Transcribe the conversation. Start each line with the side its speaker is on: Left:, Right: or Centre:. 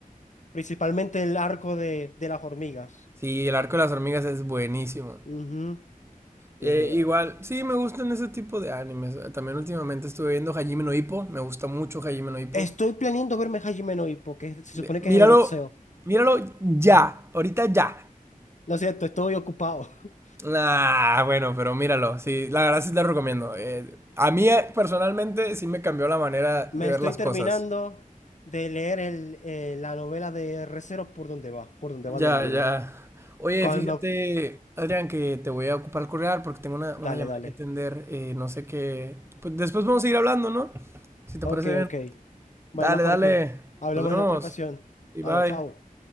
Left: Principalmente el arco de, de las hormigas.
Right: Sí, el arco de las hormigas es buenísimo.
Left: Ujú. Dios
Right: Eh,
Left: mío.
Right: igual, sí, me gustan ese tipo de animes. Eh, También últimamente estuve viendo Hajime no Ippo. Me gusta mucho Hajime no Ippo.
Left: Estoy planeando verme Hajime no Ippo, que se supone
Right: Eh,
Left: que
Right: Míralo,
Left: es de boxeo.
Right: míralo ya, ahorita ya.
Left: Lo siento, estoy ocupado. <laughs>
Right: Ah, bueno, pero míralo. Sí, la verdad sí te lo recomiendo. Eh, a mí eh, personalmente sí me cambió la manera
Left: Me
Right: de ver
Left: estoy
Right: las
Left: terminando
Right: cosas.
Left: de leer el, eh, la novela de Re:Zero por donde va, por donde va
Right: Ya,
Left: del anime.
Right: ya. Oye,
Left: Cuando...
Right: fíjate, Adrián, que te voy a ocupar el correal porque tengo una,
Left: Dale,
Right: una llamada
Left: dale.
Right: que atender. eh, no sé qué. Pues después vamos a seguir hablando, ¿no? Si te
Left: Ok,
Right: parece bien.
Left: ok. Bueno,
Right: Dale,
Left: Jorge,
Right: dale.
Left: hablamos
Right: Nos vemos.
Left: en otra ocasión.
Right: Y
Left: Dale,
Right: bye.
Left: chao.